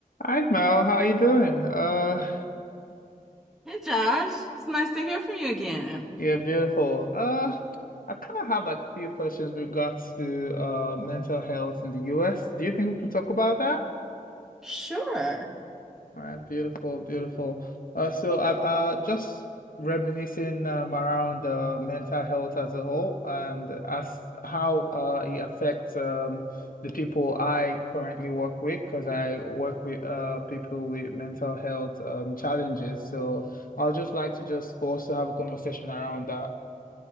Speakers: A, on the left (about 70°); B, in the centre.
A: Hi Mel, how you doing? Uh,
B: Hey Josh, it's nice to hear from you again.
A: yeah, beautiful. Uh, I kind of have like a few questions with regards to uh mental health in the US. Do you think we can talk about that?
B: Sure.
A: All right, beautiful, beautiful. Uh, so I uh just reminiscing um, around uh, mental health as a whole and as how uh it affects um the people I currently work with because I work with uh people with mental health um challenges. So I'll just like to just for us to have a conversation around that.